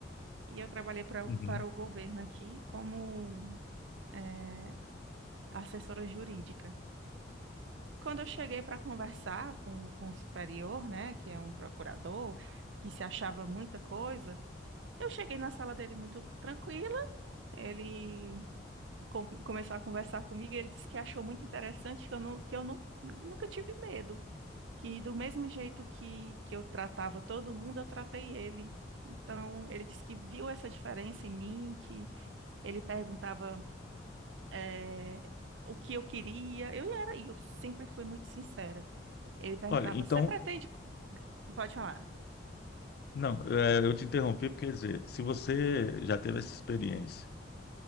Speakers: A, on the right; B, on the left.
A: e eu trabalhei pra,
B: Uhum.
A: para o governo aqui como é, assessora jurídica. Quando eu cheguei para conversar com, com o superior, né, que é um procurador, que se achava muita coisa, Eu cheguei na sala dele muito tranquila. Ele com- começou a conversar comigo. e Ele disse que achou muito interessante que eu, não, que eu não, nunca tive medo. Que do mesmo jeito que, que eu tratava todo mundo, eu tratei ele. Então, ele disse que viu essa diferença em mim, que ele perguntava eh, o que eu queria. Eu era, e eu sempre fui muito sincera. Ele perguntava:
B: Olha, então,
A: Você pretende. co- Pode falar.
B: não, é, eu te interrompi porque, quer dizer, se você já teve essa experiência,